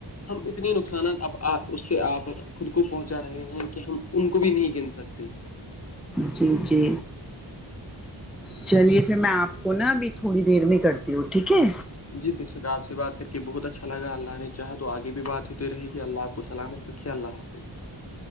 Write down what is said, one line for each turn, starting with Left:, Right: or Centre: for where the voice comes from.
Left: ہم اتنی نقصانات اب آ اس سے آپ خود کو پہنچا رہے ہیں کہ ہم ان کو بھی نہیں گن سکتے
Centre: جی جی چلیے پھر میں آپ کو نا ابھی تھوڑی دیر میں کرتی ہوں ٹھیک ہے
Left: جی بے شک آپ سے بات کر کے بہت اچھا لا اللہ نے چاہ تو آگے بھی بات ہو رہے گی اللہ آپ کو سلامت کاکھے اللہ حافظ